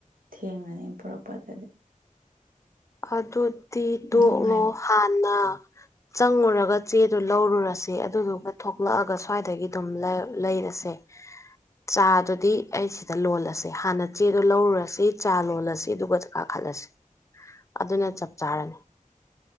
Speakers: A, on the right; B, on the left.
A: ꯊꯦꯡꯉꯅꯤ ꯄꯨꯔꯛꯄꯗꯗꯤ
B: ꯑꯗꯨꯗꯤ ꯇꯣꯛꯂꯣ
A: ꯑꯗꯨ ꯉꯥꯏ
B: ꯍꯥꯟꯅ
A: <inaudible>
B: ꯆꯪꯉꯨꯔꯒ ꯆꯦꯗꯨ ꯂꯧꯔꯨꯔꯁꯦ ꯑꯗꯨꯗꯨꯒ ꯊꯣꯛꯂꯛꯑꯒ ꯁ꯭ꯋꯥꯏꯗꯒꯤ ꯑꯗꯨꯝ ꯂꯩꯔꯁꯦ ꯆꯥꯗꯨꯗꯤ ꯑꯩ ꯁꯤꯗ ꯂꯣꯜꯂꯁꯤ ꯍꯥꯟꯅ ꯆꯦꯗ ꯂꯧꯔꯨꯔꯁꯤ ꯆꯥ ꯂꯣꯜꯂꯁꯤ ꯑꯗꯨꯒ ꯆꯠꯂꯁꯦ
A: <inaudible>
B: ꯑꯗꯨꯅ ꯆꯞ ꯆꯥꯔꯅꯤ